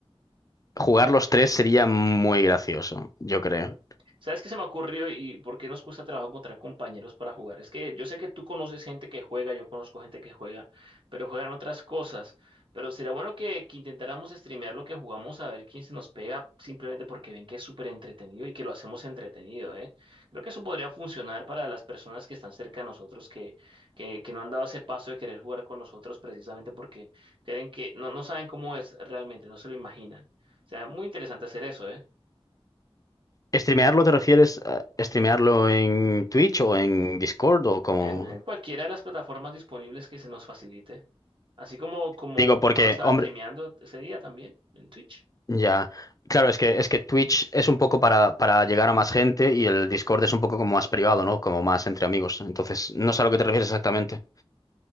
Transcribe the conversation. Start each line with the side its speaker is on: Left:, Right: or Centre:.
Left: jugar los tres sería muy gracioso, yo creo.
Right: ¿Sabes qué se me ocurrió y por qué nos cuesta trabajo encontrar compañeros para jugar? Es que yo sé que tú conoces gente que juega, yo conozco gente que juega, pero juegan otras cosas. Pero será bueno que, que intentáramos streamear lo que jugamos a ver quién se nos pega simplemente porque ven que es súper entretenido y que lo hacemos entretenido, ¿eh? Creo que eso podría funcionar para las personas que están cerca de nosotros, que, que, que no han dado ese paso de querer jugar con nosotros precisamente porque creen que no, no saben cómo es realmente, no se lo imaginan. O sea, muy interesante hacer eso, ¿eh?
Left: ¿Streamearlo te refieres a streamearlo en Twitch o en Discord o como?
Right: en eh, cualquiera de las plataformas disponibles que se nos facilite. Así como, como
Left: Digo,
Right: tu
Left: porque,
Right: hermano estaba
Left: hombre,
Right: streameando ese día también en Twitch.
Left: ya. Claro, es que es que Twitch es un poco para, para llegar a más gente y el Discord es un poco como más privado, ¿no? Como más entre amigos. Entonces, no sé a lo que te refieres exactamente.